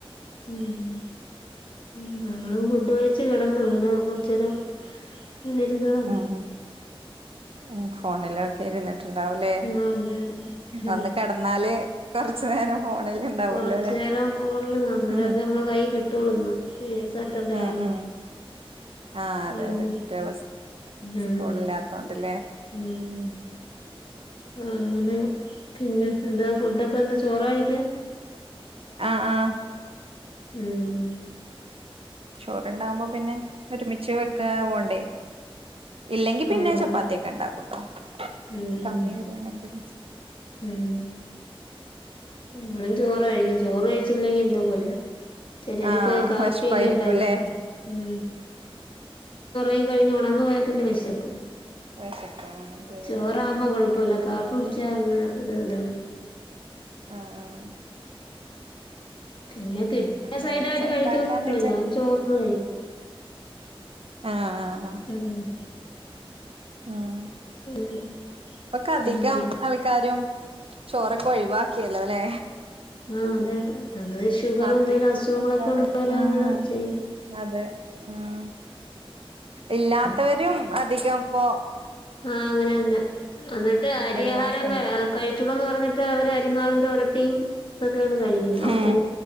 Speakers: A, on the left; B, on the right.
A: ഉം ഉം ഉം ഞങ്ങളും ഫുഡ് കഴിച്ചു കിടന്നു ങ്ങനെ കൊറച്ചേരം ഒന്നിരുന്നതാണ്
B: ഉം ഉം ഫോണിലൊക്കെ ഇരുന്നിട്ടുണ്ടാവൂലേ
A: ആഹ് അതെ അതെ ഉം
B: ഒന്ന് കെടന്നാല് കുറച്ചു നേരം ഫോണിൽ ഉണ്ടാവല്ലോ
A: കൊറച്ചു
B: അല്ലെ
A: നേരം ഫോണില് കാണും അന്നേരം
B: ഉം
A: അത് നമ്മളെ കൈ കിട്ടുള്ളുന്ന് സാറ്റർഡേ
B: ഉം
A: ആയോണ്ട്
B: ഉം ആഹ് അതെ
A: ഉം
B: അതെ കുട്ടികള്
A: ഉം
B: സ്കൂളില്ലാത്തോണ്ട്ല്ലെ
A: ഉം ആഹ് അങ്ങനെ പിന്നെ എന്താ ഫുഡൊക്കെ എന്താ ചോറാ കയിക്കാ
B: ആഹ് ആഹ്
A: ഉം
B: ചോറുണ്ടാവുമ്പോ പിന്നെ ഒരുമിച്ച് വെക്കാ വോണ്ടേ ഇല്ലെങ്കി
A: ആഹ്
B: പിന്നെ
A: അതാണ്
B: ചപ്പാത്തി ഒക്കെ ഉണ്ടാക്കൂട്ടോ
A: ഉം
B: കമ്മി
A: ഉം
B: വരിയാണെങ്കില്
A: ഉം ഇവടിം ചോറായിക്കാ ചോറ് കഴിച്ചില്ലെങ്കി എന്തോ പോലെയാ ചിലരൊക്കെ
B: ആഹ്
A: കാപ്പിയെല്ലാം
B: വെഷ്പായിരിക്കുംല്ലേ
A: ഉണ്ടായി കഴിഞ്ഞു ഉം <unintelligible> കഴിഞ്ഞു <unintelligible> പോയാൽ പിന്നെ വിശക്കും
B: വെശക്കും ശരിയാ
A: ചോറാവുമ്പോ കൊഴപ്പല്ല കാപ്പി കുടിച്ചാ അങ്ങ ഒരു ഇതാണ്.
B: ആ ആ
A: പിന്നെ കിട്ടിയ സൈഡ്
B: ഒരുമിച്ച
A: ആയിട്ട് കഴികൊന്നോള്ളൂ
B: ഇണ്ടാക്കാന്ന്
A: ഞാൻ ചോറ്
B: ആ ആ അ
A: ഉം
B: ഉം
A: അങ്ങനെ
B: ഇപ്പൊ കധികം
A: ഉം
B: ആൾക്കാരും ചോറൊക്കെ ഒഴിവാക്കിയല്ലോ ലെ.
A: ആ അതെ അതെ. അത് ഷുഗറും
B: അധികം
A: എന്തെേലും അസുഖങ്ങളൊക്കെ
B: അല്ല
A: ഉള്ളവരെ
B: ഉം
A: അങ്ങനെ ചെയ്യുനേ.
B: അതെ ഉം ഇല്ലാത്തവരും അധികം ഇപ്പൊ
A: ആ അങ്ങനെന്നെ എന്നിട്ട് അരി
B: ഒഴിവാക്കണ്ട്
A: ആഹാരം കഴിച്ചൂടന്ന് പറഞ്ഞിട്ട് അവര് ആതിമാവിന്റെ ഒരട്ടിയും ഇതൊക്കെയാണ് കഴിക്കുന്നത് അപ്പവും
B: ഉം